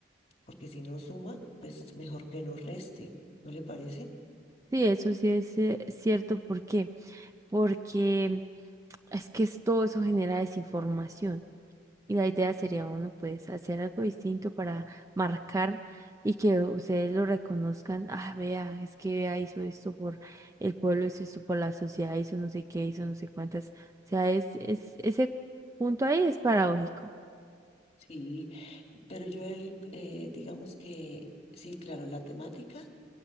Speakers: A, on the left; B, on the right.
A: porque si no suma, pues mejor que no reste, ¿no le parece?
B: Sí, eso sí es eh, cierto. ¿Por qué? Porque es que es- todo eso genera desinformación. Y la idea sería uno, pues, hacer algo distinto para marcar y que ustedes lo reconozcan. Ah, vea, es que vea, hizo esto por el pueblo, hizo esto por la sociedad, hizo no sé qué, hizo no sé cuántas. O sea, es, es, ese punto ahí es paradójico.
A: Sí, pero yo, el- eh, digamos que, sí, claro, la temática